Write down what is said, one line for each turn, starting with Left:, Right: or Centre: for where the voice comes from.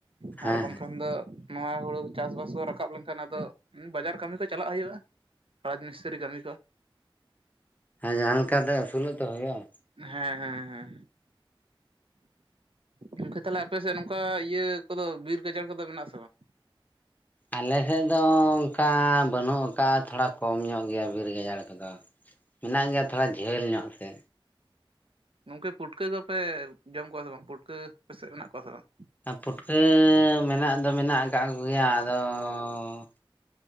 Right: ᱟᱨ
Left: ᱦᱮᱸ
Right: ᱵᱟᱝᱠᱷᱟᱱ
Left: ᱦᱮᱸ
Right: ᱫᱚ᱾ ᱱᱚᱣᱟ ᱦᱩᱲᱩ ᱪᱟᱥ ᱵᱟᱥ ᱠᱚ ᱨᱟᱠᱟᱵ ᱞᱮᱱᱠᱷᱟᱱ ᱟᱫᱚ ᱵᱟᱡᱟᱨ ᱠᱟᱹᱢᱤ ᱠᱚ ᱪᱟᱞᱟᱜ ᱦᱩᱭᱩᱜᱼᱟ᱾ ᱨᱟᱡ ᱢᱤᱥᱛᱨᱤ ᱠᱟᱹᱢᱤ ᱠᱚ
Left: ᱦᱮ ᱡᱟᱦᱟᱸ ᱞᱮᱠᱟᱛᱮ ᱟᱹᱥᱩᱞᱚᱜ ᱛᱚ ᱦᱩᱭᱩᱜ-ᱟ
Right: ᱦᱮᱸ ᱦᱮᱸ ᱦᱮᱸ ᱜᱚᱝᱠᱮ ᱛᱟᱦᱞᱮ ᱟᱯᱮ ᱥᱮᱫ ᱱᱚᱝᱠᱟ ᱤᱭᱟᱹ ᱠᱚᱫᱚ ᱵᱤᱨ ᱜᱟᱡᱟᱲ ᱠᱚᱫᱚ ᱢᱮᱱᱟᱜ ᱟ ᱥᱮ ᱵᱟᱝ?
Left: ᱟᱞᱮᱥᱮᱫ ᱫᱚ ᱚᱱᱠᱟ ᱵᱟᱹᱱᱩᱜ ᱟᱠᱟᱫᱟ ᱛᱷᱚᱲᱟ ᱠᱚᱢ ᱧᱚᱜ ᱜᱮᱭᱟ ᱵᱤᱨ ᱜᱟᱡᱟᱲ ᱠᱚᱫᱚ᱾ ᱢᱮᱱᱟᱜ ᱜᱮᱭᱟ ᱛᱷᱚᱲᱟ ᱡᱷᱟᱹᱞ ᱧᱚᱜ ᱛᱮ᱾
Right: ᱚᱸ ᱜᱚᱝᱠᱮ ᱯᱩᱴᱠᱟᱹ ᱠᱚᱯᱮ ᱡᱚᱢ ᱠᱚᱣᱟ ᱥᱮ ᱵᱟᱝ ᱯᱩᱴᱠᱟᱹ ᱟᱯᱮᱥᱮᱫ ᱢᱮᱱᱟᱜ ᱠᱚᱣᱟ ᱥᱮ ᱵᱟᱝ?
Left: ᱯᱩᱴᱠᱟᱹ ᱢᱮᱱᱟᱜ ᱫᱚ ᱢᱮᱱᱟᱜ ᱟᱠᱟᱫ ᱠᱚᱜᱮᱭᱟ ᱟᱫᱚᱻᱻ ᱾